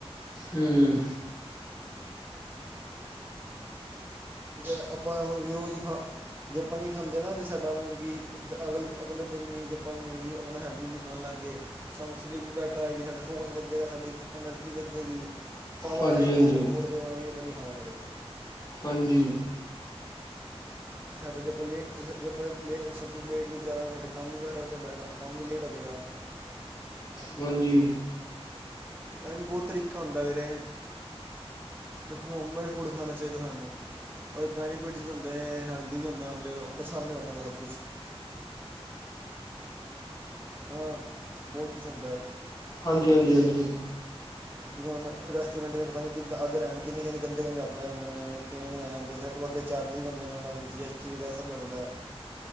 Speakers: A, on the left; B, on the right.
A: ਹਮ।
B: ਜੇ ਆਪਾਂ ਮਤਲਬ ਕਿ ਰੋਜ਼ ਹੀ ਖਾਂ ਜੇ ਆਪਾਂ ਨਹੀਂ ਖਾਂਦੇ ਨਾ ਤੇ ਸਾਡਾ ਮਤਲਬ ਕਿ ਅਗਲ- ਅਗਲੇ ਦਿਨ ਹੀ ਜੇ ਆਪਾਂ ਮਤਲਬ ਕਿ ਆਪਣਾ ਹੈਲਦੀ ਹੂਲਦੀ ਖਾਣ ਲੱਗ ਗਏ। ਸਾਨੂੰ ਸਲਿਪ ਵੀ ਬੈਟਰ ਆਏਗੀ। ਸਾਡਾ ਫੋਕਸ ਵਧੇਗਾ, ਸਾਡੀ ਅਨਰਜੀ ਵਧੇਗੀ। ਪਾਵਰ
A: ਹਾਂਜੀ
B: ਆਏਗੀ
A: ਹਾਂਜੀ
B: ਜੰਕ ਫੂਡ ਜੇ ਮਤਲਬ ਕਿ ਆਪਾਂ ਨੀ ਖਾਵਗੇ ਤੇ।
A: ਹਾਂਜੀ।
B: ਸਾਡਾ ਜੇ ਆਪਾਂ ਲੇ, ਜੇ ਆਪਾਂ ਲੇ ਸਬ ਕੁਛ ਲੇਟ-ਲੂਟ ਕਰਾਂਗੇ ਸਾਡਾ ਕੰਮ ਵੀ ਫੇਰ ਸਾਡਾ ਕੰਮ ਵੀ ਲੇਟ ਹੋ ਜੇਗਾ। <unintelligible>
A: ਹਾਂਜੀ।
B: ਐ ਬਹੁਤ ਤਰੀਕਾ ਹੁੰਦਾ ਵੀੇਰੇ ਮਖ ਹੋਮਮੇਡ ਫੂਡ ਖਾਣਾ ਚਾਹੀਦਾ ਸਾਨੂੰ ਓਦੇ ਬੈਨੀਫਿਟਸ ਵੀ ਹੁੰਦੇ ਨੇ, ਹੈਲਦੀ ਵੀ ਹੋਂਦੈ ਨੇ ਤੇ ਆਪਨੇ ਸਾਮਨੇ ਬਣੇਆ ਹੂੰਦਾ ਸਬ ਕੁਛ। ਹਾਂ ਬਹੁਤ ਕੁਛ ਹੁੰਦਾ ਹੈ।
A: ਹਾਂਜੀ ਹਾਂਜੀ ਹਾਂਜੀ।
B: ਜਦ ਰੈਸਟੋਰੈਂਟ ਚ ਪਤਾ ਨਹੀਂ ਕਿਦਾ ਅਦਰ ਰਹਿਣ ਕਿਹਨੇ ਕਿੰਨੇ ਗੰਦੇ ਗੰਦੇ ਹੱਥ ਲਾਏ ਹੁੰਦੇ ਨੇ ਉਹਨਾਂ ਨੇ ਕਿਵੇਂ ਬਣਾਇਆ ਹੁੰਦਾ, ਸਿਰਫ਼ ਵੱਖਰੇ ਚਾਰਜੀ ਬਨਦੇ ਨੇ ਓਨਾਂ ਨਾਲ, ਜੀ ਐਸ ਟੀ ਵਗੈਰਾ ਸਬ ਲੱਗਦੈ।